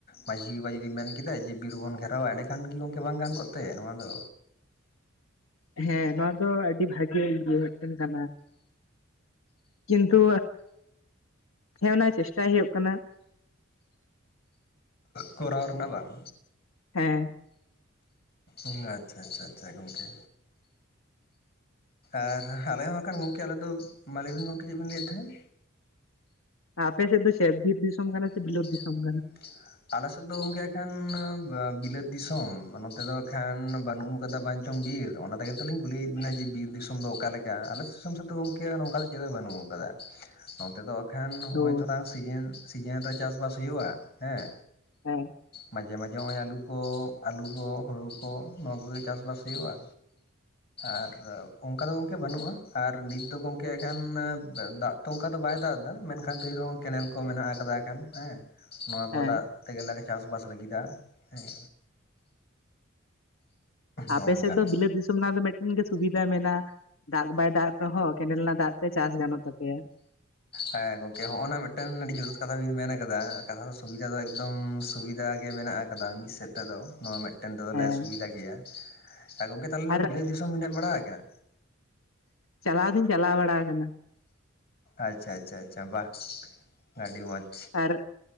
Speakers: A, on the left; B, on the left.
A: ᱢᱟᱹᱡᱷᱤ ᱵᱟᱵᱟ ᱡᱩᱫᱤ ᱢᱮᱱ ᱠᱮᱫᱟᱭ, ᱡᱮ ᱵᱤᱨ ᱵᱚᱱ ᱜᱷᱮᱨᱟᱣ-ᱟ ᱮᱸᱰᱮᱠᱷᱟᱱ ᱠᱤ ᱜᱚᱢᱠᱮ ᱵᱟᱝ ᱜᱟᱱ ᱠᱚᱜᱛᱮ ᱱᱚᱣᱟ ᱫᱚ?
B: ᱦᱮᱸ ᱱᱚᱣᱟ ᱫᱚ ᱟᱹᱰᱤ ᱵᱷᱟᱜᱮ ᱤᱭᱟᱹ ᱢᱤᱫᱴᱮᱱ ᱠᱟᱱᱟ᱾ ᱠᱤᱱᱛᱩ ᱦᱮᱸ ᱚᱱᱟ ᱪᱮᱥᱴᱟᱭ ᱦᱩᱭᱩᱜ ᱠᱟᱱᱟ᱾
A: ᱠᱚᱨᱟᱣ ᱨᱮᱱᱟᱜ ᱵᱟᱝ?
B: ᱦᱮᱸ᱾
A: ᱩᱸ ᱟᱪᱪᱷᱟ ᱟᱪᱪᱷᱟ ᱟᱪᱪᱷᱟ ᱜᱚᱝᱠᱮ᱾ ᱟᱨ ᱟᱞᱮ ᱦᱚᱸ ᱦᱟᱜ ᱠᱷᱟᱱ ᱜᱚᱝᱠᱮ ᱟᱞᱮ ᱫᱚ, ᱢᱟ ᱞᱟᱹᱭᱵᱤᱱ ᱜᱚᱢᱠᱮ ᱪᱮᱜ ᱵᱤᱱ ᱞᱟᱹᱭᱮᱫ ᱛᱟᱦᱮᱸᱫ᱾
B: ᱟᱯᱮ ᱥᱮᱫ ᱫᱚ ᱪᱮᱫ ᱵᱤᱨ ᱫᱤᱥᱚᱢ ᱠᱟᱱᱟ᱾ ᱥᱮ
A: <inaudible>
B: ᱵᱤᱞᱟᱹᱛ ᱫᱤᱥᱚᱢ ᱠᱟᱱᱟ
A: ᱟᱞᱮᱥᱮᱫ ᱫᱚ ᱜᱚᱝᱠᱮ ᱮᱠᱷᱟᱱ ᱵᱤᱞᱟᱹᱛ ᱫᱤᱥᱚᱢ᱾ ᱱᱚᱛᱮ ᱫᱚ ᱮᱠᱷᱟᱱ ᱵᱟᱹᱱᱩᱜ ᱟᱠᱟᱫᱟ, ᱵᱟᱧ ᱵᱤᱨ ᱚᱱᱟ ᱛᱮᱜᱮ ᱛᱩᱞᱤᱧ ᱠᱩᱞᱤᱭᱮᱜ ᱵᱤᱱᱟ᱾ ᱡᱮ ᱵᱤᱨ ᱫᱤᱥᱚᱢ ᱫᱚ ᱚᱠᱟᱞᱮᱠᱟ, ᱟᱞᱮ ᱫᱤᱥᱚᱢ ᱥᱮᱫ ᱫᱚ ᱜᱚᱝᱠᱮ ᱱᱚᱝᱠᱟ ᱫᱚ ᱪᱮᱫ ᱦᱚᱸ ᱵᱟᱹᱱᱩᱜ ᱟᱠᱟᱫᱟ᱾ ᱱᱚᱛᱮ ᱫᱚ ᱟᱠᱷᱟᱱ ᱦᱚᱸᱜᱼᱚᱭ
B: ᱚ
A: ᱛᱚᱨᱟᱝ ᱥᱤᱡᱤᱱ, ᱥᱤᱡᱤᱱ ᱨᱮ ᱪᱟᱥ ᱵᱟᱥ ᱦᱳᱭᱳᱜᱼᱟ ᱦᱮᱸ᱾
B: ᱦᱮᱸ᱾
A: ᱢᱟᱡᱮ ᱢᱟᱡᱮ ᱦᱚᱜᱼᱚᱭ ᱟᱹᱞᱩ ᱠᱚ, ᱟᱹᱞᱩ ᱠᱚ, ᱦᱳᱲᱳ ᱠᱚ, ᱱᱚᱣᱟ ᱠᱚᱜᱮ ᱪᱟᱥᱼᱵᱟᱥ ᱦᱳᱭᱳᱜᱼᱟ᱾ ᱟᱨ ᱚᱝᱠᱟ ᱫᱚ ᱜᱚᱝᱠᱮ ᱵᱟᱹᱱᱩᱜᱼᱟ, ᱟᱨ ᱱᱤᱛ ᱫᱚ ᱜᱚᱝᱠᱮ ᱮᱠᱷᱟᱱ ᱫᱟᱜ ᱛᱚ ᱚᱝᱠᱟ ᱫᱚ ᱵᱟᱭ ᱫᱟᱜ ᱫᱟ, ᱢᱮᱱᱠᱷᱟᱱ ᱛᱟᱹᱭ ᱨᱮᱦᱚᱸ ᱠᱮᱱᱮᱞ ᱠᱚ ᱢᱮᱱᱟᱜ ᱟᱠᱟᱫᱟ᱾ ᱟᱠᱷᱟᱱ ᱦᱮᱸ ᱱᱚᱣᱟ ᱠᱚ
B: ᱦᱮᱸ
A: ᱫᱟᱜ ᱛᱮᱜᱮᱞᱮ ᱪᱟᱥ ᱵᱟᱥ ᱞᱟᱹᱜᱤᱫᱟ ᱦᱮᱸ᱾
B: ᱟᱯᱮ
A: ᱱᱚᱝᱠᱟᱱ
B: ᱥᱮᱫ ᱫᱚ ᱵᱤᱞᱟᱹᱛ ᱫᱤᱥᱚᱢ ᱫᱤᱥᱚᱢ ᱨᱮᱱᱟᱜ ᱫᱚ ᱢᱤᱫᱴᱮᱱ ᱜᱮ ᱥᱩᱵᱤᱫᱟ ᱢᱮᱱᱟᱜ-ᱟ, ᱫᱟᱜ ᱵᱟᱭ ᱫᱟᱜ ᱨᱮᱦᱚᱸ ᱠᱮᱱᱮᱞ ᱨᱮᱱᱟᱜ ᱫᱟᱜ ᱛᱮ ᱪᱟᱥ ᱜᱟᱱᱚᱜ ᱛᱟᱯᱮᱭᱟ᱾
A: ᱦᱮᱸ ᱜᱚᱝᱠᱮ ᱦᱚᱸᱜᱼᱚᱱᱟ ᱢᱮᱜᱴᱮᱱ ᱟᱹᱰᱤ ᱡᱚᱛᱷᱟᱛ ᱠᱟᱛᱷᱟ ᱵᱤᱱ ᱢᱮᱱ ᱠᱟᱫᱟ, ᱠᱟᱛᱷᱟ ᱫᱚ ᱥᱩᱵᱤᱫᱟ ᱫᱚ ᱮᱠᱫᱚᱢ ᱥᱩᱵᱤᱫᱷᱟ ᱜᱮ ᱢᱮᱱᱟᱜ ᱟ ᱠᱟᱫᱟ ᱢᱤᱫ ᱥᱮᱫ ᱛᱮᱫᱚ᱾ ᱱᱚᱣᱟ ᱢᱮᱜᱴᱮᱱ ᱛᱮᱫᱚᱞᱮ
B: ᱦᱮᱸ
A: ᱥᱩᱵᱤᱫᱟ ᱜᱮᱭᱟ᱾ ᱟᱨ ᱜᱚᱝᱠᱮ ᱛᱟᱦᱚᱞᱮ ᱱᱚᱣᱟ
B: ᱟᱨ
A: ᱵᱤᱞᱟᱹᱛ ᱫᱤᱥᱚᱢ ᱵᱮᱱ ᱦᱮᱡ ᱵᱟᱲᱟ ᱟᱠᱟᱱᱟ?
B: ᱪᱟᱞᱟᱣ ᱫᱩᱧ ᱪᱟᱞᱟᱣ ᱵᱟᱲᱟ ᱟᱠᱟᱱᱟ᱾
A: ᱟᱪᱪᱷᱟ ᱟᱪᱪᱷᱟ ᱟᱪᱷᱟ ᱵᱟᱦ ᱟᱹᱰᱤ ᱢᱚᱡᱽ᱾
B: ᱟᱨ,